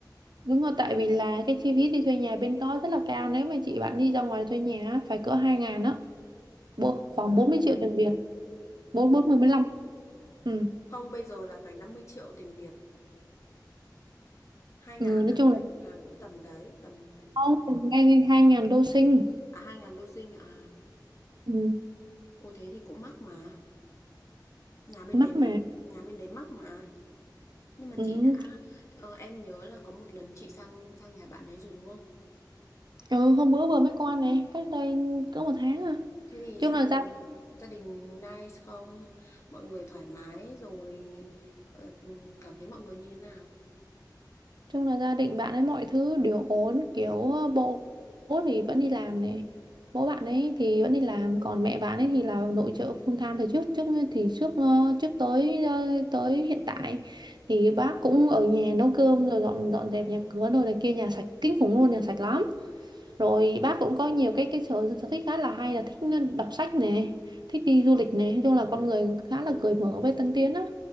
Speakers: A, on the right; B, on the left.
A: đúng rồi tại vì là cái chi phí đi thuê nhà bên đó rất là cao nếu mà chị bạn đi ra ngoài thuê nhà á, phải cỡ 2 ngàn á, Bộ- khoảng 40 triệu tiền Việt, 4 40 45. Ừ.
B: Không, bây giờ là phải 50 triệu tiền Việt. hai ngàn
A: ừ, nói chung
B: hai
A: là
B: ngàn cũng tầm đấy tầm tầm
A: không ngay ngay hai ngàn đô sinh
B: à hai ngàn đô sinh à
A: ừ.
B: ôi thế thì cũng mắc mà nhà bên
A: mắc
B: đấy mắc
A: mà
B: nhà bên đấy mắc mà nhưng mà
A: ừ.
B: chị đã ờ, em nhớ là có một lần chị sang sang nhà bạn ấy rồi đúng không
A: ừ hôm bữa vừa mới qua này cách đây cỡ một tháng à
B: thế thì
A: chung
B: gia
A: là
B: đình
A: gia
B: gia đình nice không mọi người thoải mái rồi ờ, cảm thấy mọi người như thế nào
A: chung là gia đình bạn ấy mọi thứ đều ổn kiểu ờ, bố bố thì vẫn đi làm này bố bạn ấy thì vẫn đi làm còn mẹ bạn ấy thì là nội trợ full time từ trước trước thì trước ờ, trước tới ờ, tới hiện tại thì bác cũng ở nhà nấu cơm rồi dọn dọn dẹp nhà cửa rồi này kia nhà sạch kinh khủng luôn nhà sạch lắm rồi bác cũng có nhiều cái cái sở sở thích khá là hay là thích đọc sách nè thích đi du lịch nè nói chung là con người khá là cởi mở với tân tiến á nói